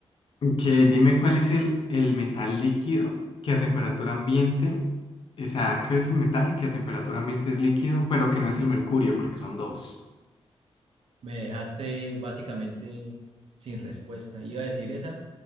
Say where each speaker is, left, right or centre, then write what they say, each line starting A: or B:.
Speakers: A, on the left; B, on the right.
A: Que dime cuál es el, el metal líquido que a temperatura ambiente, o sea, ¿qué es el metal que a temperatura ambiente es líquido, pero que no es el mercurio, porque son dos?
B: Me dejaste básicamente sin respuesta. Iba a decir esa,